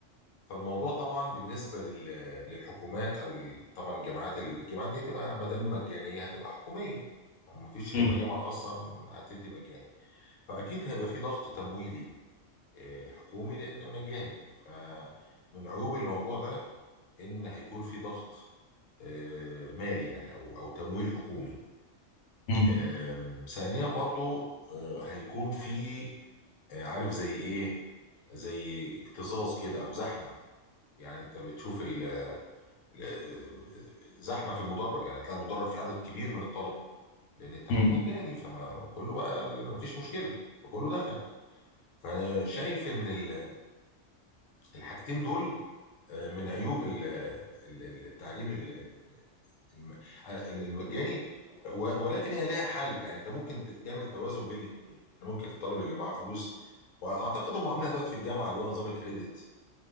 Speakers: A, on the left (about 80°); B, on the left (about 60°).
A: فالموضوع طبعا بالنسبه لل- للحكومات او ال- طبعا الجامعات الجامعات دي هتبقى ما دام مجانيه هتبقى حكوميه مفيش
B: مم،
A: هيبقى جامعه خاصه هتدي مجاني فأكيد هيبقى في ضغط تمويلي آه، حكومي لأن مجاني فمن عيوب الموضوع ده إن هيكون في ضغط آه، مالي يعني أو أو تمويل حكومي
B: مم،
A: آم، ثانيا برضو آه، هيكون في آه، عارف زي إيه زي اكتظاظ كده أو زحمة يعني أنت بتشوف ال- ال- زحمة في المدرج يعني هتلاقي المدرج فيه عدد كبير من الطلب لأن التعليم
B: مم،
A: مجاني فما كله بقى مفيش مشكلة فكله دخل فأنا شايف إن ال الحاجتين دول آه، من عيوب ال- ال- ال- التعليم ال- ال- الم- المجاني و- ولكن هي ليها حل يعني انت ممكن ت- تعمل توازن بين الاثنين يعني ممكن الطالب اللي معاه فلوس واعتقد هم عاملينها دلوقتي في الجامعه اللي هو نظام الكريدت